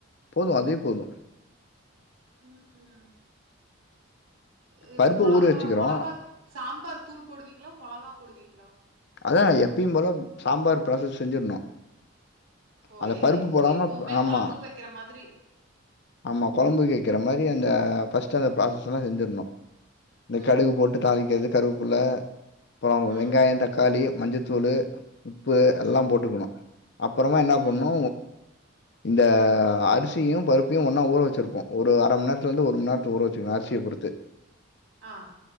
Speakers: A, on the left; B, on the right.
A: போது அதே போது
B: ம் ஹூம் அ
A: பருப்பு
B: மொளகா
A: ஊற வச்சுக்கிறோம்.
B: மொளாகா சாம் ம்பார் தூள் போடுவீங்களா? மொளகா போடுவீங்களா?
A: அதா எப்பயு போல சாம்பார் ப்ராசஸ் செஞ்சிருனு
B: ஓ!
A: அந்த
B: எ
A: பருப்பு
B: எப்ப
A: போடாம
B: எப்பவுமே
A: ஆமா,
B: கொழம்புக்கு வைக்கிற மாதிரி.
A: ஆமா, கொழம்புக்கு வக்கிற மா ரி அந்த ஃப்சஸ்ட் அந்த ப்ராஸஸ் எல்லா செஞ்சிரணு இந்த
B: ம்.
A: கடுகு போட்டு தாளிக்கிறது கருவப்புல்ல அப்பறோ அங்க
B: ம்.
A: வெங்காய தக் காளி, மஞ்சத்தூளு உப்பு
B: ம்.
A: எல்லா போட்டுக்குணு அப்பறமா என்னா
B: ம்.
A: பண்ணு இந்த அரிசியு பருப்பையு ஒன்னா ஊற வெச்சிருப்போ. ஒரு அரமண்நேரத்துல இருந்து ஒரு மண்நேரத்துக்கு ஊற வெச்சுக்குனு அரிசிய பொறுத்து
B: ஆ